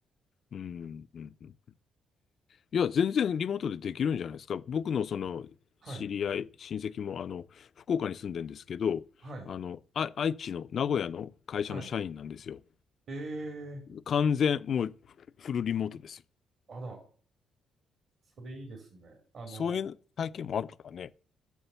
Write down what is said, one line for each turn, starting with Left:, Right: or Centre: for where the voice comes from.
Left: うん、うん、うん。いや、全然リモートでできるんじゃないですか。僕のその知り合い、
Right: はい。
Left: 親戚も、あの、福岡に住んでんですけど、
Right: はい。
Left: あの、あ、愛知の名古屋の会社の社員なんですよ。
Right: はい。ええ
Left: 完全、もうフルリモートですよ。
Right: あら、それいいですね。あの、
Left: そういう体験もあるからね。